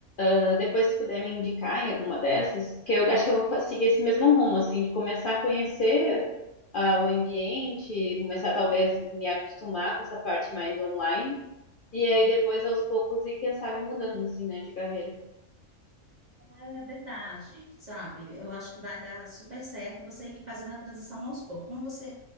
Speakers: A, on the left; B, on the right.
A: Então, Depois, se puder me indicar em alguma dessas, que eu acho que eu vou fa- seguir esse mesmo rumo, assim, de começar a conhecer ah, o ambiente, começar talvez me acostumar com essa parte mais online, e aí depois aos poucos e quem sabe mudando, assim, né, de carreira.
B: É verdade, sabe? Eu acho que vai dar super certo você ir fazendo a transição aos poucos. Como você,